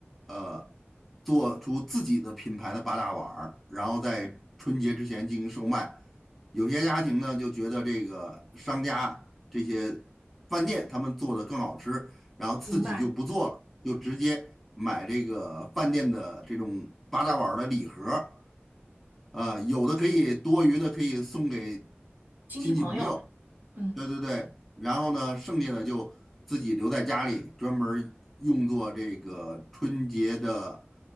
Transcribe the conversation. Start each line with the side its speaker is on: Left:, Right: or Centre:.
Centre: 呃做出自己的品牌的八大碗儿，然后在春节之前进行售卖。有些家庭呢就觉得这个商家这些饭店他们做的更好吃，然后自己就不做了，
Right: 明白，
Centre: 就直接买这个饭店的这种八大碗儿的礼盒儿。呃，有的可以多余的可以送给
Right: 亲戚朋友，
Centre: 亲戚朋友，
Right: 嗯。
Centre: 对对对，然后呢，剩下的就自己留在家里，专门儿用作这个春节的